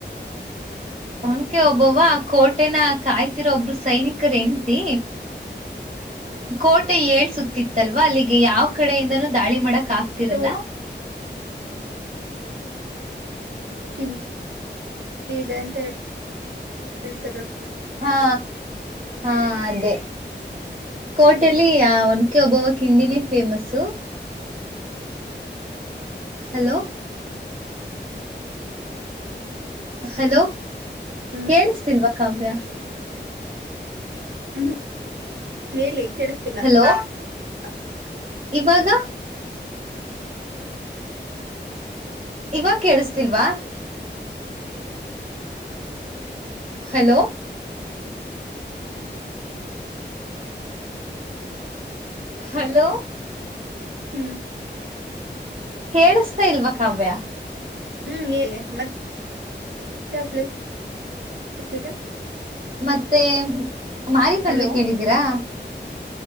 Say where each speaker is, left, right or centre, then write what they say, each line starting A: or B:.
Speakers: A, on the right (about 35°); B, on the right (about 70°).
A: ಒನಕೆ ಓಬವ್ವ ಕೋಟೆನ ಕಾಯ್ತಿರೋ ಒಬ್ರು ಸೈನಿಕರ ಹೆಂಡತಿ ಕೋಟೆ ಏಳ ಸುತ್ತು ಇತ್ತ ಅಲ್ವ ಅಲ್ಲಿಗೆ ಹಾಗ ಯಾವ್ ಕಡೆಯಿಂದನೂ ದಾಳಿ ಮಾಡಕ್ ಆಗ್ತಿರಲ್ಲ
B: ಒನಕೆ ಇಂಡ ಇದೆ ಅಂತೆ ಹೇಳತಾರೆ
A: ಹಾ ಹಾ ಅದೆ ಕೋಟೆಲಿ ಒನಕೆ ಒಬ್ಬವನ ಕಿಂಡಿನೇ ಫೇಮಸ ಹಲೋ ಹಲೋ
B: ಹ್ಮ್
A: ಕೇಳಸ್ತಿಲ್ವಾ ಕಾವ್ಯ
B: ಹ್ಮ ಹೇಳಿ ಕೇಳಿಸ್ತಿಲ್ಲ
A: ಹಲೋ
B: ಹಾ
A: ಇವಾಗ ಇವ ಗ ಕೇಳಸ್ತಿಲ್ವಾ ಹಲೋ ಹಲೋ
B: ಹ್ಮ್
A: ಕೇೇಳಿಸತಾ ಇಲ್ವಾ ಕಾವ್ಯ
B: ಹ್ಮ್ ಹೇಳಿ ಮತ್ತೆ ಯಾವ್ ಫೇಮಸ್ ಇದೆ
A: ಮತ್ತೆ ಮಾರಿ ಕಣ್ವಿ
B: ಹಲೋ
A: ಕೇಳಿದ್ದೀರಾ